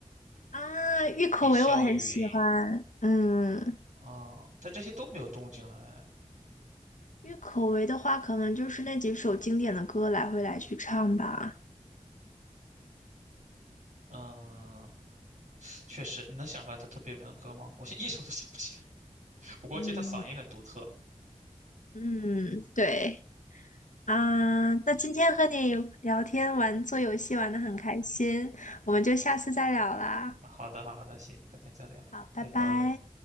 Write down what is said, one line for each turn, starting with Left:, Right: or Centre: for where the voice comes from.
Left: 啊，郁可唯我很喜欢，
Right: 李霄云。
Left: 嗯，
Right: 啊、但这些都没有动静了哎。
Left: 郁可唯的话可能就是那几首经典的歌来回来去唱吧。
Right: 嗯，确实，你能想出来他特别有名的歌吗？我现在一首都想不起来，我估计他嗓音很独特。
Left: 嗯，嗯，对啊，
Right: 嗯。
Left: 那今天和你聊天玩做游戏玩的很开心，我们就下次再聊啦。
Right: 好的，好的，行，改天再聊，
Left: 好，拜拜。
Right: 拜拜。